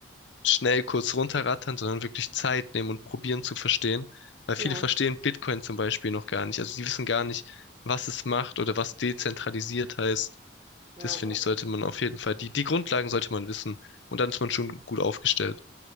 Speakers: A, on the left (about 70°); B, on the right (about 30°).
A: schnell kurz runterrattern, sondern wirklich Zeit nehmen und probieren zu verstehen. Weil
B: Genau.
A: viele verstehen Bitcoin zum Beispiel noch gar nicht. Also sie wissen gar nicht, was es macht oder was dezentralisiert heißt.
B: Ja,
A: Das finde
B: ja.
A: ich, sollte man auf jeden Fall, die, die Grundlagen sollte man wissen. Und dann ist man schon gut aufgestellt.